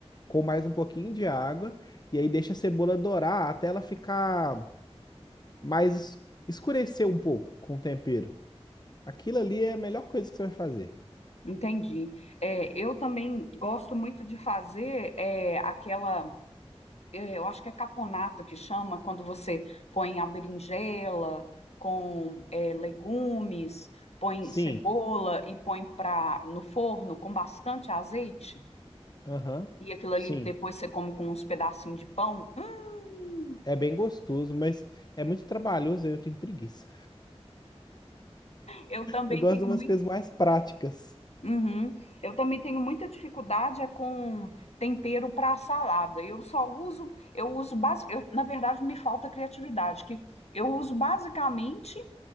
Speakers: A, on the left; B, on the left.
A: com mais um pouquinho de água e aí deixa a cebola dourar até ela ficar mais es- escurecer um pouco com o tempero. Aquilo ali é a melhor coisa que você vai fazer.
B: Entendi. É, eu também gosto muito de fazer é, aquela, é, eu acho que é caponata que chama, quando você põe a berinjela com é, legumes, põe
A: Sim.
B: cebola e põe pra, no forno com bastante azeite,
A: Aham.
B: e aquilo
A: Sim.
B: ali depois você come com uns pedacinhos de pão. Hum,
A: É bem gostoso, mas é muito trabalhoso e eu tenho preguiça.
B: eu também
A: Eu gosto
B: tenho
A: de umas
B: muito.
A: coisas mais práticas.
B: Uhum. Eu também tenho muita dificuldade é com tempero para salada. Eu só uso, eu uso basic, eu, na verdade me falta criatividade, que eu uso basicamente